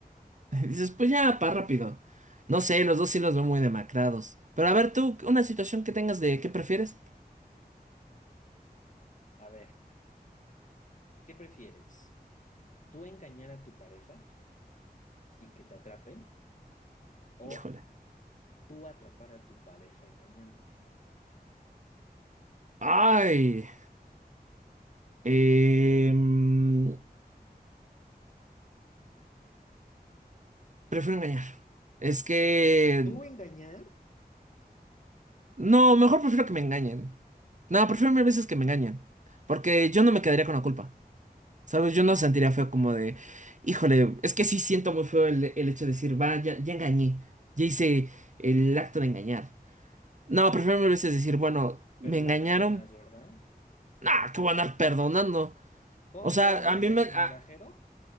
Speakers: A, on the right (about 50°); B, on the left (about 50°).
A: <laughs> Dices, pues ya, pa' rápido. No sé, los dos sí los veo muy demacrados. Pero a ver, tú, una situación que tengas de qué prefieres.
B: A ver, ¿qué prefieres? tú engañar a tu pareja y que te atrapen o
A: Híjole.
B: tú atrapar a tu pareja engañándote.
A: Ay. em, prefiero engañar. Es que...
B: Tú engañar,
A: No, mejor prefiero que me engañen. No, prefiero mil veces que me engañen. Porque yo no me quedaría con la culpa. ¿Sabes? Yo no sentiría feo como de... Híjole, es que sí siento muy feo el, el hecho de decir, va, ya, ya engañé. Ya hice el acto de engañar. No, prefiero mil veces decir, bueno, me
B: pero la
A: engañaron.
B: perdonas, ¿verdad?
A: Nah, que voy a andar perdonando.
B: ¿Cómo?
A: O sea,
B: ¿No
A: a
B: eres
A: mí me...
B: migajero?
A: a-